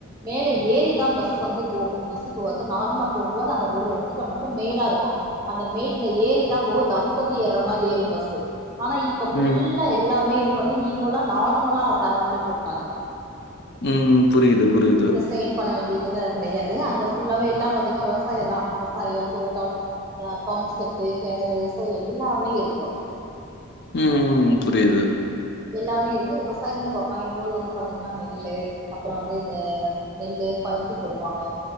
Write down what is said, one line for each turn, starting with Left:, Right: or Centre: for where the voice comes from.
Right: மேல ஏறிதான் பஸ் வந்து போகு பஸ்க்கு வந்து து நார்மலா போகும்போது அந்த ஒரு எடத்திட்ட மட்டு மேடா இருக்கூ அந்த மேட்ல ஏறிதா போகு தம் கட்டி ஏற மாரி ஏறும் பஸ்ஸு ஆனா இப் இப்ப ஃபுல்லா
Left: ம்.
Right: எல்லாமே இது பண்ணி ஈக்குவலா நார்மலா தர மாரி போட்டாங்க
Left: ம் புரியுது புரியுது
Right: ஸ்டெய்ன் பண்ண வேண்டியதெல்லா கெடையாது அங்க ஃபுல்லாவே எல்லாம் பாத்தீங்ன்னா விவசாயந்தா விவசாயொ தோட்டம் அ பம் செட்டு கெணறு சோ எல்லாமே இருக்கூ
Left: ம் புரியுது
Right: எல்லாமே இருக்கு விவசாயங்கள் பாப்பாங்க எங்க ஊர்ல வந்து பாத்தீங்ன்னா நெல்லு அப்பறம் வந்து இந்த நெல்லு பருத்தி போடுவாங்க